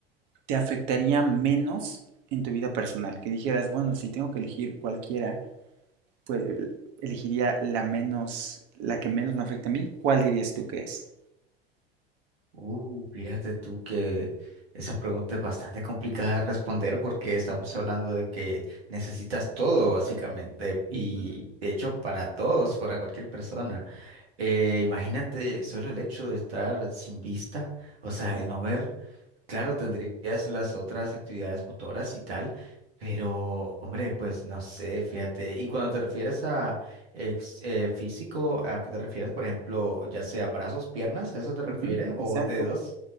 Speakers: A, on the right (about 55°); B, on the right (about 75°).
A: te afectaría menos en tu vida personal? Que dijeras, bueno, si tengo que elegir cualquiera, pues elegiría la menos, la que menos me afecta a mí. ¿Cuál dirías tú que es?
B: Uh, fíjate tú que esa pregunta es bastante complicada de responder porque estamos hablando de que necesitas todo, básicamente, y
A: Ujú,
B: de hecho para todos, para cualquier persona. Eh, imagínate solo el hecho de estar sin vista, o sea,
A: Wow.
B: el no ver. Claro, tendrías las otras actividades motoras y tal, pero hombre, pues no sé, fíjate. Y cuando te refieres a ex- eh, físico, ¿a qué te refieres? Por ejemplo, ya sea brazos, piernas, ¿a eso te refieres?
A: Ujú,
B: ¿O
A: Exacto,
B: dedos?